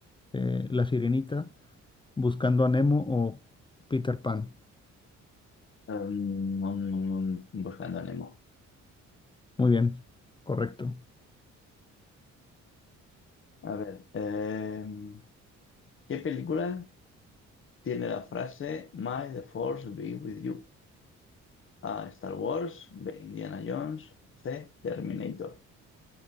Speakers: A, on the left; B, on the left.
A: Eh, ¿La Sirenita, Buscando a Nemo o Peter Pan?
B: Um, um, um, buscando a Nemo.
A: Muy bien, correcto.
B: A ver, em, ¿qué película tiene la frase May the Force be with you? A. Star Wars, B. Indiana Jones, C. Terminator.